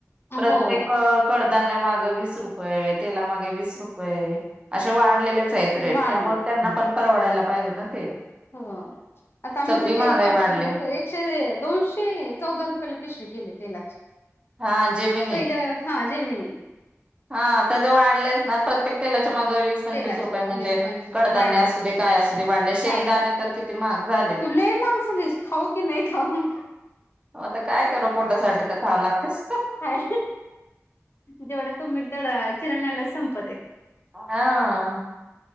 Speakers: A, on the right; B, on the left.
A: प्रत्येक
B: हो
A: कडधान्या माग वीस रुपये तेलामागे वीस रुपये असे वाढलेलेच आहेत
B: वाढलेत
A: रेट त्यामुळे त्यांना पण परवडायला पाहिजे ना ते
B: हो आता आम्ही
A: सगळी
B: जे
A: महागाई
B: तेल खातोय
A: वाढली
B: ना दोनशे चौदा रुपयाला पिशवी केली तेलाची.
A: हा जेमिनी!
B: पहिलं हा जेमिनी
A: हा तेझ वाढलंयच ना प्रत्येक तेलाच्या माग वीस पंचवीस
B: तेलाच्या
A: रुपये म्हणजे
B: वीस पंचवीस
A: कडधान्य
B: वाढलेत
A: असुदे काय असुदे वाढले शेंगदाणे
B: काय पण
A: तर किती महाग झाले.
B: तु लई महाग झालीस खाऊ की नाही खाऊ.
A: आता काय करू पोटासाठी तर खावं लागतेस.
B: काय जेवढं कमविल तेवढं किराणालाच संपते.
A: हा!